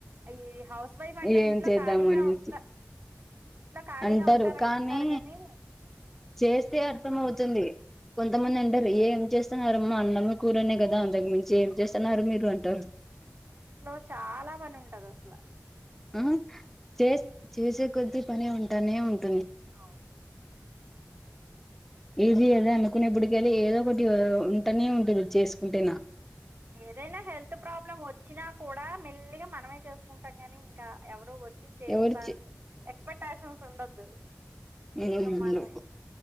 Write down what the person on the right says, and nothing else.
ఈ హౌస్ వైఫ్ అంటే
ఇంట్లో
ఖాళీగా
ఉంట ఇంట్లో ఖాళీగా
ఉంటారునుకుంటారు
గానీ
ఇంట్లో చాలా పని ఉంటది అసల
అవును
ఏదైనా హెల్త్ ప్రాబ్లమ్ వచ్చినా కూడా మెల్లిగా మనమైతే చేసుకుంటాం కాని ఇంకా ఎవరు వచ్చి చేస్తారు
ఎక్స్పెక్టేషన్స్ ఉండద్దు
ఇక మనమే